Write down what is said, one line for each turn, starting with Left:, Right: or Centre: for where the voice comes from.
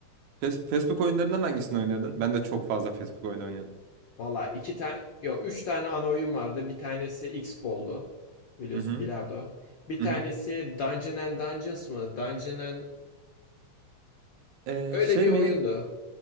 Right: Fes- Facebook oyunlarından hangisini oynuyordun? Ben de çok fazla Facebook oyunu oynuyordum.
Left: Valla iki tane, yok üç tane ana oyun vardı. Bir tanesi X-Ball'du. Biliyorsun
Right: Hı hı.
Left: bilardo. Bir tanesi
Right: Hı hı.
Left: Dungeon and Dungeons mı? Dungeon and...
Right: Ee,
Left: Öyle
Right: şey
Left: bir oyundu.
Right: mi?